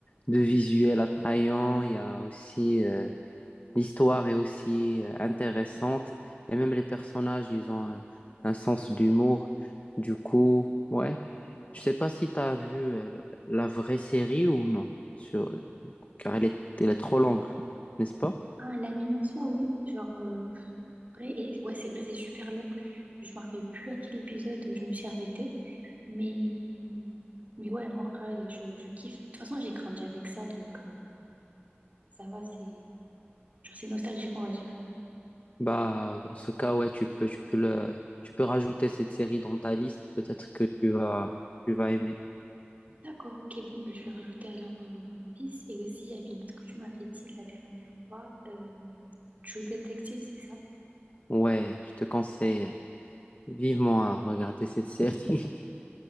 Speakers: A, on the left; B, on the right.
A: de visuels attrayants. Il y a aussi euh, l'histoire est aussi euh, intéressante. Et même les personnages, ils ont un, un sens d'humour. Du coup, ouais. Je sais pas si tu as vu euh, la vraie série ou non sur car elle est, elle est trop longue, n'est-ce pas?
B: Ah, l'anime en soi, oui, genre, euh, en vrai, et... ouais, c'est vrai, c'est super long. Je me rappelle plus à quel épisode je me suis arrêtée. Mais, euh, mais ouais, moi, en vrai, je, je kiffe. De toute façon, j'ai grandi avec ça, donc euh, ça va, c'est genre c'est nostalgique, on va dire.
A: Bah, dans ce cas, ouais, tu peux, tu peux le, tu peux rajouter cette série dans ta liste. Peut-être que tu vas, tu vas aimer.
B: D'accord, ok, bon, ben, je vais rajouter alors euh, One Piece. Et aussi, il y avait une autre que tu m'avais dit la dernière fois, euh, True Detective, c'est ça?
A: Ouais, je te conseille vivement à regarder cette série. <laughs>